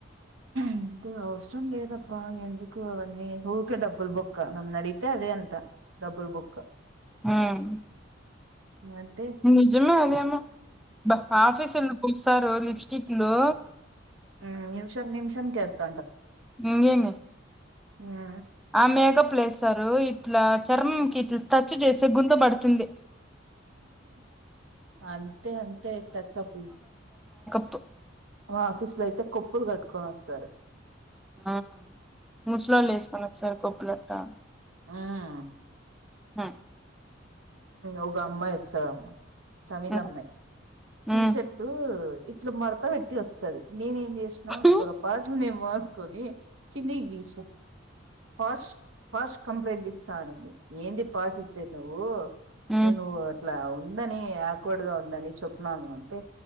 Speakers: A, on the right; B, in the centre.
A: ఇంత అవసరం లేదప్ బా ఎందుకు అవన్నీ ఊరికే డబ్బులు బొక్క నన్ను అడితే అదే అంట డబ్బులు బొక్క
B: ఆ మ్
A: అంటే
B: నిజమే అదేమో ఆఫీసొళ్ళు పుస్తారు లిప్ స్టిక్లు
A: హు నిమిషం నిమిష షం కెత్త
B: ఇంగెమి
A: ఆ
B: ఆ మెకాప్లేస్తారు ఇ ఇట్లా చర్మంకి ఇట్లా టచ్ చేస్తే గుంత పడుతుంది
A: అంతే అంతే టచ్ అప్
B: ప్పు
A: మా ఆఫీస్ లో అయితే కొప్పులు కట్టుకొని వస్తారు
B: ఆ ముసులోళ్లేస్కొని వస్తారు కొప్పులట్టా
A: హు మ్
B: హు మ్
A: ఒగమ్మాయి ఒస్సదమ్మ తమిళ్
B: మ్మ్
A: అమ్మాయ్
B: మ్మ్
A: టీషర్టు ఇట్లు మడ్త పెట్టి వస్తది. నేనేం చేసిన
B: హ్మ్
A: పొరపాట్లు నేన్ కొని కిందికి తీస్న పాష్ ఫాస్ట్ కంప్లైంట్ ఇస్తా అనింది. ఏంది పాస్చ్చేది. ఓ
B: హ్మ్
A: నేను చెప్పు ఇట్లా ఉందని అక్వార్డ్గా ఉందని చెప్పినాను అంతే